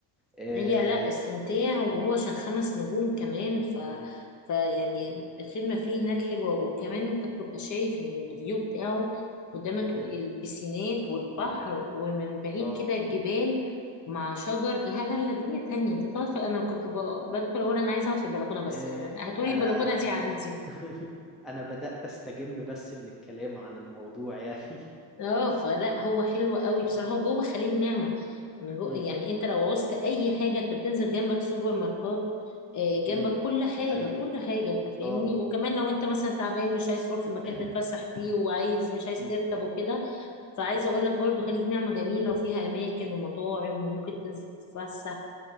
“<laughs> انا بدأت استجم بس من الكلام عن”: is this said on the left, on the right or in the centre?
Centre